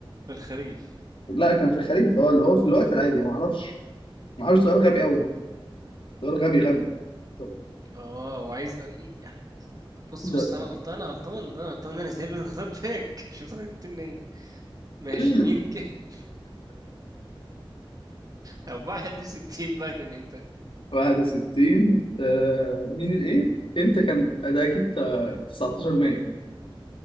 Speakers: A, on the right (about 40°); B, on the left (about 70°).
A: في الخريف
B: لا كان في الخريف أه اللي هو في الوقت العادي ما أعرفش ما أعرفش سؤال غبي أوي سؤال غبي غبي طب،
A: اه وعايز يعني بص
B: ده
A: بص انا غلطان انا غلطان انا غلطان انا سايب اختار باك <laughs> شفت انا جبت منين؟ ماشي
B: <laughs>
A: مين ك... طب 61 بقى كان امتى؟
B: 61 آه مين الايه امتى كان ده اكيد آه، 19 مايو